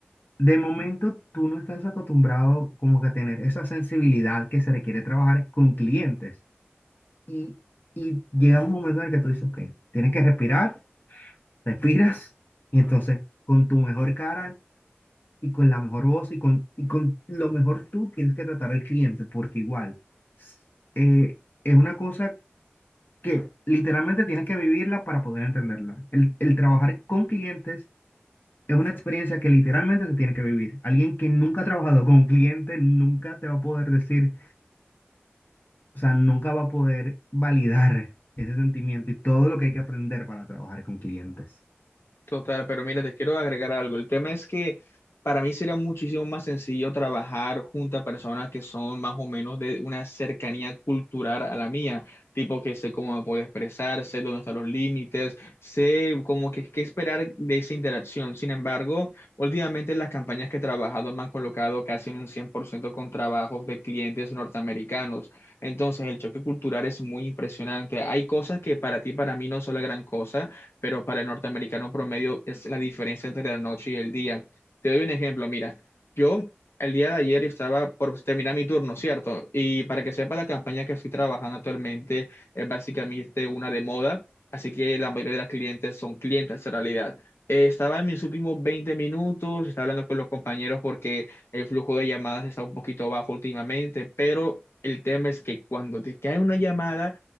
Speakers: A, on the left; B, on the left.
A: De momento tú no estás acostumbrado como que a tener esa sensibilidad que se requiere trabajar con clientes. Y, y llega un momento en el que tú dices, ok, tienes que respirar, respiras, y entonces con tu mejor cara y con la mejor voz y con, y con lo mejor tú tienes que tratar al cliente, porque igual s- eh, es una cosa que literalmente tienes que vivirla para poder entenderla. El, el trabajar con clientes es una experiencia que literalmente se tiene que vivir. Alguien que nunca ha trabajado con un cliente nunca te va a poder decir, o sea, nunca va a poder validar ese sentimiento y todo lo que hay que aprender para trabajar con clientes.
B: Total, pero mira, te quiero agregar algo. El tema es que para mí sería muchísimo más sencillo trabajar junto a personas que son más o menos de una cercanía cultural a la mía, tipo que sé cómo me puedo expresar, sé dónde están los límites, sé como que qué esperar de esa interacción. Sin embargo, últimamente las campañas que he trabajado me han colocado casi en un 100% con trabajos de clientes norteamericanos. Entonces, el choque cultural es muy impresionante. Hay cosas que para ti, para mí no son la gran cosa pero para el norteamericano promedio es la diferencia entre la noche y el día. Te doy un ejemplo, mira, yo el día de ayer estaba por terminar mi turno, ¿cierto? Y para que sepa, la campaña que estoy trabajando actualmente es básicamente una de moda, así que la mayoría de las clientes son clientes en realidad. Eh, estaba en mis últimos 20 minutos, estaba hablando con los compañeros porque el flujo de llamadas está un poquito bajo últimamente, pero el tema es que cuando te cae una llamada,